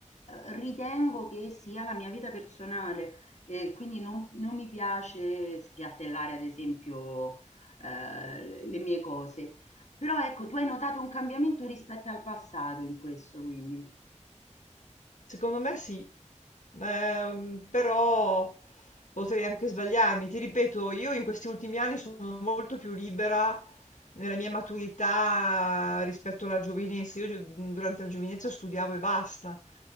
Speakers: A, on the left; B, on the left.
A: ehm, ritengo che sia la mia vita personale e quindi non non mi piace spiattellare, ad esempio, ehm, le le mie cose. Però ecco, tu hai notato un cambiamento rispetto al passato in questo quindi.
B: Secondo me sì, Ehm, però potrei anche sbagliarmi. Ti ripeto, io in questi ultimi anni sono molto più libera nella mia maturità rispetto alla giovinezza. Io gi- durante la giovinezza studiavo e basta,